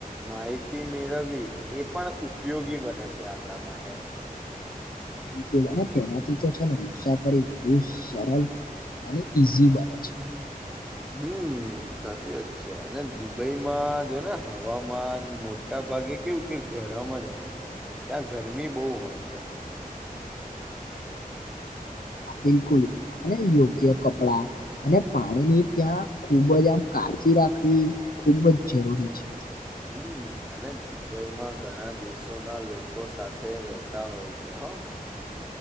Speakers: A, in the centre; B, on the left (about 75°).
A: માહિતી મેળવવી એ પણ ઉપયોગી બને છે આપણા માટે
B: બિલકુલ અને તેનાથી તો છે ને મુસાફરી વધુ સરલ અને ઈઝી બને છે.
A: હમ્મ સાચી વાત છે અને દુબઈમાં જો ને હવામાન મોટા ભાગે કેવું કે ગર રમ જ હોય છે ત્યાં ગરમી બહુ હોય છે.
B: હા બિલકુલ અને યોગ્ય કપડા અને પાણીની ત્યાં ખૂબ જ આમ કાળજી રાખવી ખૂબ જ જરૂરી છે.
A: હમ અને દુબઈમાં ઘણા દેશોના લોકો સાથે રેતા હોય છે. હઓ